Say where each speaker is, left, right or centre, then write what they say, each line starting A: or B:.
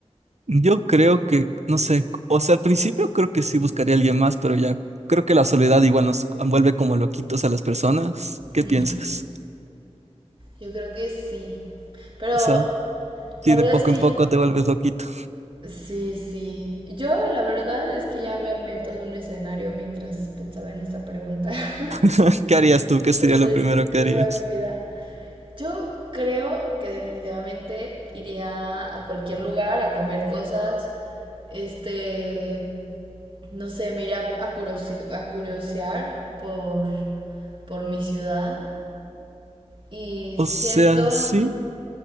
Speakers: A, on the right; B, on the right.
A: Yo creo que, no sé, o sea, al principio creo que sí buscaría a alguien más, pero ya creo que la soledad igual nos envuelve como loquitos a las personas. ¿Qué
B: Mm,
A: piensas?
B: Yo creo que sí. Pero
A: O sea, si
B: la verdad
A: de poco
B: es que
A: en poco te vuelves loquito.
B: sí, sí. Yo la verdad es que ya me armé todo un escenario mientras pensaba en esta pregunta <laughs>
A: <laughs> ¿Qué harías tú? ¿Qué sería
B: sobre
A: lo primero que
B: toda
A: harías?
B: mi vida. Yo creo que definitivamente iría a cualquier lugar a comer cosas, este, no sé, me iría a, curiosi- a curiosear por, por mi ciudad y
A: O
B: siento,
A: sea, sí,